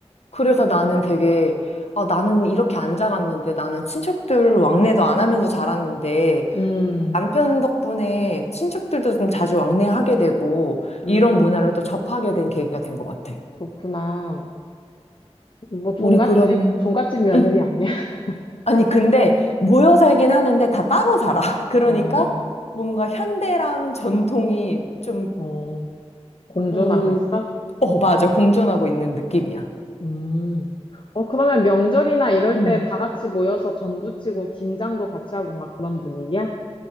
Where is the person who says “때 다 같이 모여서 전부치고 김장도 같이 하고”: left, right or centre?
Left